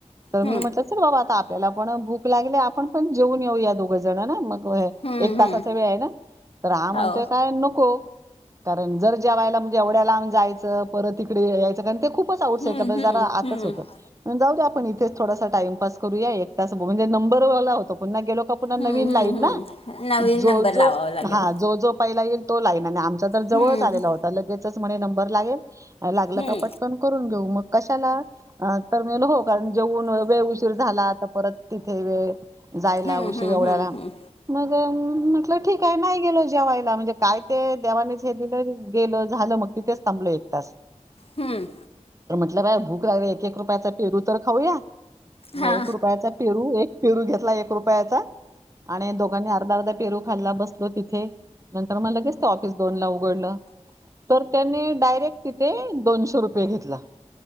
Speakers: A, on the right; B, on the left.
A: तर मी
B: हम्म हम्म
A: म्हटलं चल बाबा आता आपल्याला आपण भूक लागले. आपण पण जेऊन येऊया दोघ जण ना मग होय
B: हम्म
A: एक
B: हम्म
A: तासाचा
B: हम्म
A: वेळ आहे. ना तर हा म्हणतोय
B: हो
A: काय नको कारण जर जेवायला म्हणजे एवढ्या लाब जायचं परत इकडे यायचं कारण ते खूप खूप आऊटसाईडला
B: हम्म
A: पण
B: हम्म
A: जरा आतच
B: हम्म
A: होत जाऊ आपण इथेच थोडासा टाइमपास करूया. म्हणजे नंबर ला होतो पुन्हा गेलो. तर पुन्हा नविन
B: हम्म हम्म
A: लाईन
B: हम्म
A: ना
B: नवीन
A: जो
B: नंबर
A: जो
B: लावावा लागेल
A: हा जो जो पहिला येईल तो लाईन ना आमची जवळच
B: हम्म
A: आलेला होता. लगेचच म्हणे नंबर लागेल लागलं
B: हम्म
A: का पटकन करून घेऊ मग, कशाला हा तर हा मी म्हणालो हो कारण जेऊन वेळ उशीर झाला तर परत तिथे वेळ जायला
B: हम्म
A: उशीर एवढ्या
B: हम्म
A: लांब
B: हम्म
A: मग म्हटलं ठीक आहे. नाही गेलो जेवायला म्हणजे काय ते देवानेच हे दिलं गेलं झालं मग तिथेच थांबलो एक तास
B: हम्म
A: बर भूक लागली एक एक रुपयाचा पेरू तर खाऊया.
B: हा
A: मग एक रुपयाचा पेरू एक पेरू घेतला एक रुपयाचा आणि दोघांनी अर्धा अर्धा पेरू खाल्ला बसलोय तेथे, एक नंतर मग लगेच ते ऑफिस दोन ला उघडलं तर त्याने डायरेक्ट तिथे दोनशे रुपये घेतला